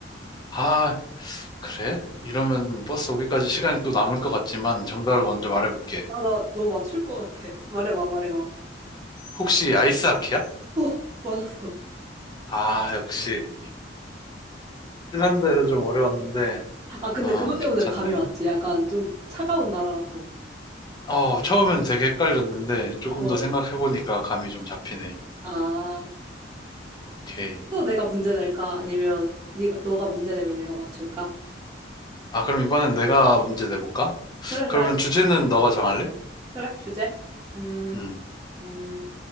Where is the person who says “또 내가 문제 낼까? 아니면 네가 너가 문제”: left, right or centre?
Right